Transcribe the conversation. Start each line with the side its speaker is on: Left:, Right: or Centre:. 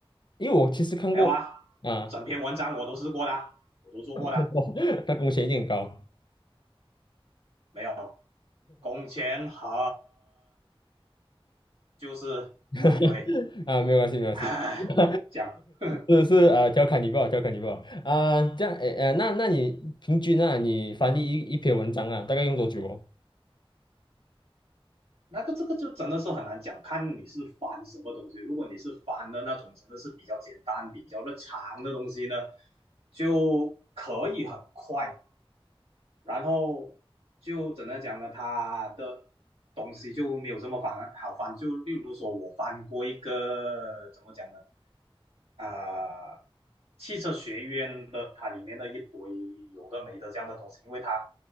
Left: 因为我其实看过啊，
Right: 没有啊，整篇文章我都试过的，我都做过的，
Left: <laughs> 他工钱一定很高，
Right: 没有，工钱很就是啊，
Left: <laughs>
Right: 对，
Left: 啊，没有关系没有关系，
Right: 唉，
Left: <laughs>
Right: 讲。<laughs>
Left: 是是呃调侃你不好调侃你不好啊，这样诶呃，那那你平均啊你翻译一一篇文章啊大概用多久哦？
Right: 那个这个就真的是很难讲，看你是翻什么东西。如果你是翻的那种，真的是比较简单、比较的长的东西呢，就可以很快。然后就怎么讲呢？他的东西就没有这么翻好翻。就例如说，我翻过一个怎么讲呢？呃，汽车学院的它里面的一堆有的没的这样的东西，因为它